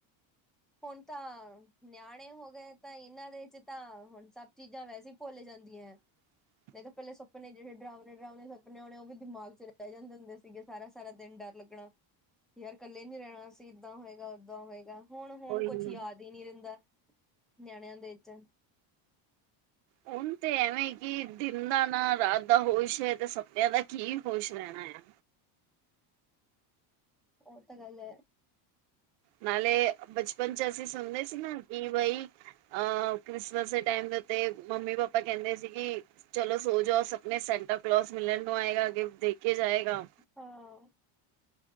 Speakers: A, in the centre; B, on the right.
A: ਹੁਨ ਤਾਂ ਨਿਆਣੇ ਹੋ ਗਏ, ਤਾਂ ਏਹਨਾਂ ਦੇ ਚ ਤਾਂ ਹੁਨ ਸਭ ਚੀਜ਼ਾਂ ਵੈਸੇ ਹੀ ਭੁੱਲ ਜਾਂਦੀਆਂ ਏ।
B: <inaudible>
A: ਨਈ ਤਾਂ ਪਹਿਲੇ ਸ ਸਪਨੇ ਜੇਹੜੇ ਡਰਾਵਨੇ-ਡਰਾਵਨੇ ਸਪਨੇ ਹੋਨੇ, ੳ ਵੀ ਦਿਮਾਗ ਚ ਰੇਅ ਜਾਂਦੇ ਹੁੰਦੇ ਸੀਗੇ, ਸਾਰਾ-ਸਾਰਾ ਦਿਨ ਡਰ ਲੱਗਨਾ। ਯਾਰ ਕੱਲੇ ਨੀ ਰਹਿਨਾ ਅਸੀ, ਏਦਾਂ ਹੋਏਗਾ ਓਦਾਂ ਹੋਏਗਾ। ਹੁਨ-ਹੁਨ
B: ਉਹੀ
A: ਕੁਛ
B: ਹੁਣ
A: ਯਾਦ ਈ ਨੀ ਰਹਿੰਦਾ, ਨਿਆਣਿਆਂ ਦੇ ਵਿੱਚ
B: ਹੁਨ ਤੇ ਐਵੇਂ ਕਿ ਦਿਨ ਦਾ ਨਾ, ਰਾਤ ਦਾ ਹੋਸ਼ ਹੈ ਤੇ ਸਪਨੇਆਂ ਦਾ ਕੀ ਹੋਸ਼ ਰਹਿਨਾ ਆ।
A: ਓ ਤਾਂ ਗੱਲ ਏ
B: ਨਾਲੇ ਬਚਪਨ ਚ ਅਸੀਂ ਸੁਨਦੇ ਸੀ, ਨਾ ਕਿ ਬਈ ਅ ਕ੍ਰਿਸਮਸ ਦੇ ਟੈਮ ਦੇ ਉੱਤੇ ਮੰਮੀ ਪਾਪਾ ਕਹਿੰਦੇ ਸੀ ਕਿ ਚਲੋ ਸੋ ਜਾਓ, ਸਪਨੇ ਚ ਸੈਂਟਾ ਕਲੋਸ ਮਿਲਨ ਨੂੰ ਆਏਗਾ ਗਿਫ਼੍ਟ ਦੇਕੇ ਜਾਏਗਾ।
A: ਹਾਂ,